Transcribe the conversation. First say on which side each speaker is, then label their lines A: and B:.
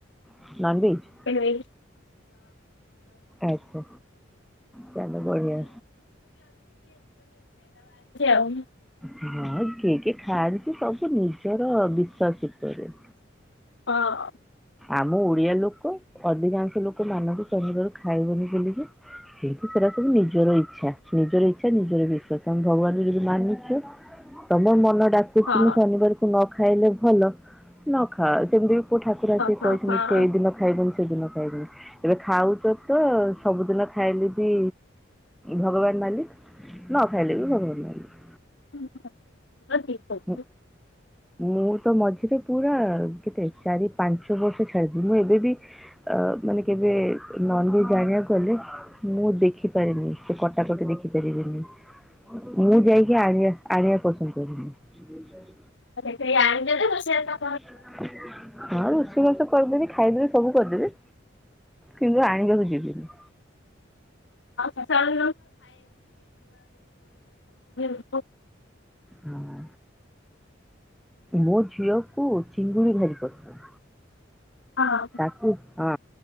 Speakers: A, in the centre; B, on the left (about 65°).
A: <unintelligible>
B: <inaudible> <inaudible> ଆଇଛି
A: ଆଚ୍ଛା ତାହେଲେ ବଢିଆ।
B: ଆଉ।
A: ହଁ କିଏ କି ଖାଆନ୍ତି ସବୁ ନିଜର ବିଶ୍ଵାସ ଭିତରେ।
B: ହଁ।
A: ଆମ ଓଡିଆ ଲୋକ ଅଧିକାଂଶ ଲୋକ ମାନଙ୍କୁ ଚନ୍ଦିଦରୁ ଖାଇବନି ବୋଲିକି ସେଟା ସବୁ ନିଜର ଇଚ୍ଛା ନିଜର ଇଚ୍ଛା ନିଜର ବିଶ୍ଵାସ ତମେ ଭଗବାନଙ୍କୁ ଯଦି ମାନୁଛେ ତମର ମନ ଡାକୁଛି
B: ହଁ
A: ମୁଁ ଶନିବାରକୁ ନ ଖାଇଲେ ଭଲ ନ ଖାଅ ସେମିତି ଠାକୁର ଆସିକ
B: ହଁ
A: କହିଛନ୍ତି
B: ହଁ।
A: କେଇ ଦିନ କୁ ଖାଇବନି ସେଦିନ ଖାଇବନି ଏବେ ଖାଉଛ ତ ସବୁଦିନ ଖାଇଲେ ବି ଭଗବାନ ମାଲିକ ନ ଖାଇଲେ ବି ଭଗବାନ ମାଲିକ।
B: ହଁ ଠିକ କହିଚ।
A: ଁ ମୁଁ ତ ମଝିରେ ପୁରା କେତେ ଚାରି ପାଞ୍ଚ ବର୍ଷ ଛାଡିଛିି ମୁଁ ଏବେ ବି ଅ ମାନେ କେବେ ନନଭେଜ ଆଣିବାକୁ ଗଲେ ମୁଁ ଦେଖି ପାରେନି ସେ କଟାକଟି ଦେଖି ପାରିବିନି। ମୁଁ ଯାଇକି ଆଣିବା ଆଣିବା ପସନ୍ଦ କରେନି।
B: କେହି ଆଣିଦେଲେ ରୋଷେଇତ
A: <unintelligible> ହଁ ରୋଷେଇ ବାସ କରିଦେବି ଖାଇଦେବି ସବୁ କରିଦେବି କିନ୍ତୁ ଆଣିବାକୁ ଯିବିନି।
B: ଆଉ ଚା ଖାଇେ <inaudible>
A: ହଁ। ମୋ ଝିଅକୁ ଚିଙ୍ଗୁଡି ଭାରି ପସନ୍ଦ।
B: ହଁ।
A: ତାକୁ ହଁ